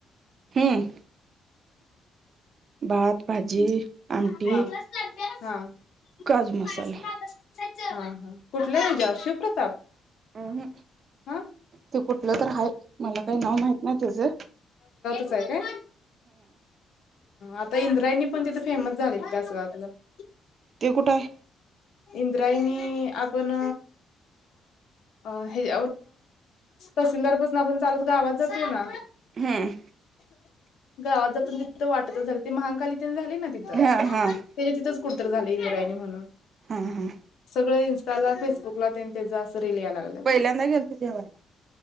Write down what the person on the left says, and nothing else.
हा हा, <unintelligible>
कुठल्या हेच्यावर शिवप्रताप?
हा
होय काय? आता इंद्रायणी पण तिथे फेमस झाले, <unintelligible>
इंद्रायनी.. आपण अ हे- तहसिलदार पासून आपण चालत गावात जातोय ना-
गावात जातन तिथं वाटतच झाले, ते महाकाली तेन झाली ना तिथ-
त्याच्या तिथंच कुठतर झाले इंद्रायणी म्हणून,
सगळे- त्याला फेसबुकला तेन त्याचा असं रील याय लागलय.